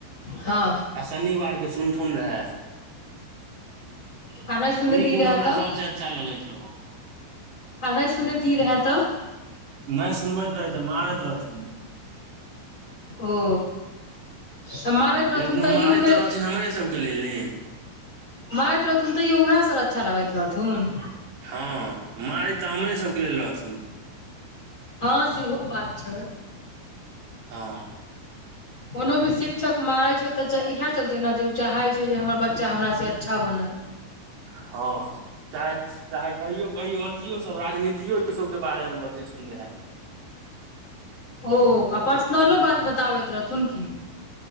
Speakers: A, on the left (about 35°); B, on the right (about 85°).
A: हँ
B: आ शनिवार के सुनथुन रहै।
A: आ नहि सुनैत
B: ई गुण
A: रहै
B: हमरा
A: तऽ
B: सबसे अच्छा लगैत रहौ।
A: आ नै सुनेथी रहै तऽ
B: नै सुनबैत रहै तऽ मारैत रहथिन
A: ओ तऽ मारैत रहथुन
B: लेकिन ओ
A: तैयो
B: मारैत
A: उहे
B: तऽ रहथिन हमरे सबके लेल ने
A: मरैत रहथुन तयौ उहै सर अच्छा लगैत रहथुन
B: हँ मारैत तऽ हमरे सबके लेल रहथिन
A: हँ सेहो बात छै।
B: हँ
A: कोनो भी शिक्षक मारै छै तऽ च इहै चलते तेना जे उ चाहै छै जे हमर बच्चा हमरा से अच्छा बनै
B: हँ चाहे-चाहे कहियौ-कहियौ अथियो सब राजनीतियो ई सबके बारे में बतेथुन रहै
A: ओ आ पर्सनलो
B: ई
A: बात बताबैत रहथुन की